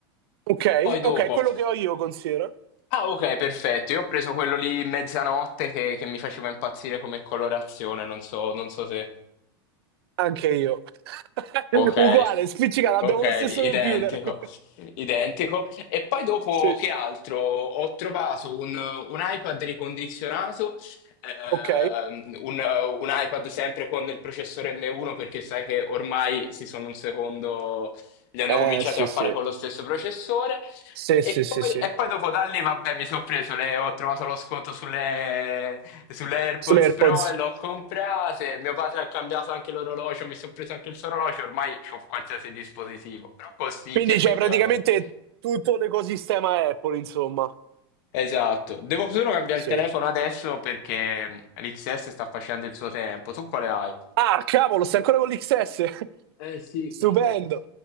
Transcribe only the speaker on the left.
Poi dopo,
ah ok, perfetto, io ho preso quello lì mezzanotte che, che mi faceva impazzire come colorazione, non so, non so se...
Ok.
Ok,
identico,
identico. E poi dopo
che altro? Ho trovato un, un iPad ricondizionato, ehm,
un, un iPad sempre con il processore M1 perché sai che ormai si sono un secondo, li hanno
cominciati
a fare
con lo stesso processore
e
poi,
e poi dopo da lì, vabbè, mi sono preso le, ho trovato lo sconto sulle, sulle AirPods
Pro e l'ho comprate. Mio padre ha cambiato anche l'orologio, mi sono preso anche il suo orologio, ormai ho qualsiasi dispositivo, però costicchia
effettivamente.
Esatto, devo solo cambiare
il telefono adesso perché l'XS sta facendo il suo tempo. Tu quale hai?
Eh sì,
cavolo.